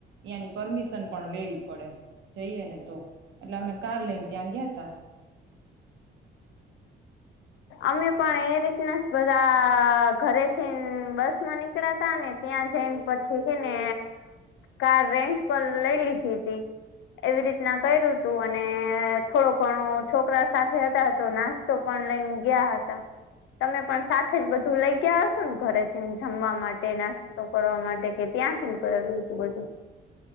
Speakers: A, on the right; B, on the left.
A: અયાની પરમિશન પણ લેવી પડે જઈએ ને તો એટલે અમે કાર લઈને ત્યાં ગયા તા
B: અમે પણ એ રીતના બધા ઘરે જઈને બસ માં નીકળ્યા ત ને ત્યાં જઈને પછી છેને કાર રેન્ટ પર લઈ લીધી હતી એવી રીતના કર્યું તું અને થોડો ઘણો છોકરા સાથે હતા તો નાસ્તો પણ લઈને ગયા હતા તમે પણ સાથે જ બધું લઈ ગયાશો ને ઘરે થી જમવા માટે નાસ્તો કરવા માટે કે ત્યાંથી કરેલું હતું બધું